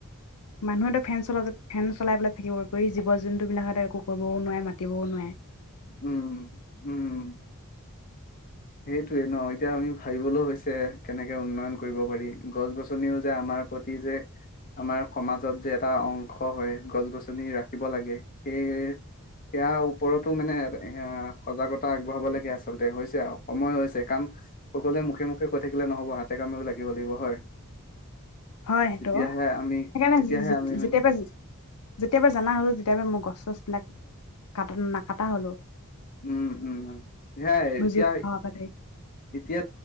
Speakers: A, on the left; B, on the left.
A: মানুহেতো ফেন চলা, ফেন চলাই পেলাই থাকিব পৰব, এই জীৱ জন্তু বিলাক হতে একো কৰিবওঁ নোৱাৰে, মাতিবওঁ নোৱাৰে।
B: উম, উম, উম। সেইটোৱে ন', এতিয়া আমি ভাবিবলৈ হৈছে, কেনেকে উন্নয়ন কৰিব পাৰি। গছ গছনিও যে আমাৰ প্ৰতি যে, আমাৰ সমাজত যে এটা অংশ হয়, গছ গছনি ৰাখিব লাগে, সেই সেয়া ওপৰতো মানে এ, সজাগতা আগবঢ়াব লাগে আচলতে, হৈছে আৰু। সময় হৈছে কাৰণ সকলোৱে মুখে মুখে কৈ থাকিলে নহ'ব, হাতে কামেও লাগিব লাগিব হয়।
A: হয় সেইটো,
B: তেতিয়াহে আমি
A: সেইকাৰণে
B: তেতিয়াহে
A: যে-যেতিয়া-যেতিয়াবা
B: আমি মানে
A: জনা হলো, তেতিয়া পৰা মোৰ গছ চছ বিলাক কটা নাকটা হলো।
B: উম, উম, সেয়াই
A: বুজি
B: এতিয়া,
A: পোৱাৰ পৰা ধৰি
B: এতিয়া